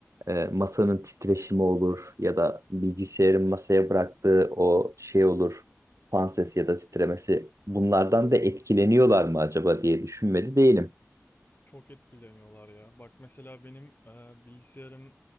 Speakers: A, on the right; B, on the left.
A: e, masanın titreşimi olur ya da bilgisayarın masaya bıraktığı o şey olur. Fan sesi ya da titremesi bunlardan da etkileniyorlar mı acaba diye düşünmedi değilim.
B: Çok etkileniyorlar ya. Bak mesela benim e, bilgisayarım